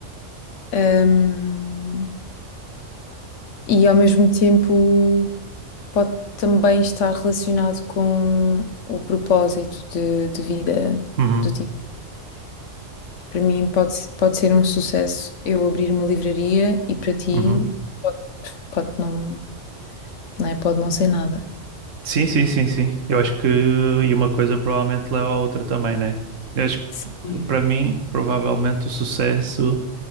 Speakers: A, on the left; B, on the right.
A: Hum, e ao mesmo tempo. pode também estar relacionado com o propósito de, de vida.
B: uhum,
A: Do tipo, para mim pode, se- pode ser um sucesso eu abrir uma livraria e para ti
B: uhum,
A: pode, pode não, não é? Pode não ser nada.
B: Sim, sim, sim, sim. Eu acho que eh, e uma coisa provavelmente leva à outra também, né? Eu acho que
A: Sim.
B: para mim, provavelmente o sucesso